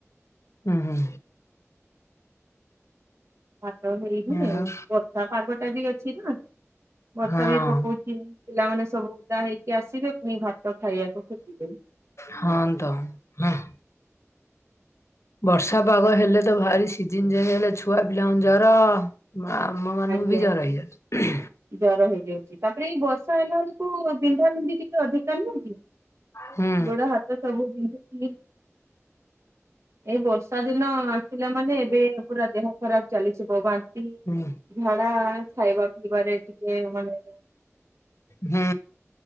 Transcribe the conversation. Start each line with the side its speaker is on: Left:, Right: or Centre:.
Left: ହୁଁ ହୁଁ।
Right: ତ ହେଇନି
Left: ଆଉ
Right: ବର୍ଷା ପାଗ ଟା ବି ଅଛି ନା ବର୍ଷା
Left: ହଁ।
Right: ବି ପକଉଚି। ପିଲାମାନେ ସବୁ ଉଦା ହେଇକି ଆସିବେ ପୁଣି ଭାତ ଖାଇବାକୁ ଖୋଜିବେ।
Left: ହଁ। ତ <inaudible> ବର୍ଷା ପାଗ ହେଲେ ତ ଭାରି ସିଜିିନ ଚେଜେ ହେଲେ ଛୁଆ ପିଲାଙ୍କୁ ଜର ଆମ ମାନଙ୍କୁ
Right: ଆଜ୍ଞା
Left: ବି ଜର ହେଇଯାଉଚି।
Right: ଜର ହେଇଯାଉଛି ତାପରେ ଏଇ ବର୍ଷ ର୍ଷା ହେଲା ବେଳକୁ ବିନ୍ଧା ବିନ୍ଧି ଟିକେ ଅଧିକା ନୁହଁ କି
Left: ହୁଁ
Right: ଗୋଡ ହାତ ତ ସବୁ ବିନ୍ଧୁଚି। ଏଇ ବର୍ଷା ଦିନ ଆସିଲା ମାନେ ଏବେ ପୁରା ଦେହ ଖରାପ ଚାଲିଥିବ ବାନ୍ତି
Left: ହୁଁ
Right: ଝାଡା ଖାଇବା ପିଇବାରେ ଟିକେ ମାନେ
Left: ହୁଁ।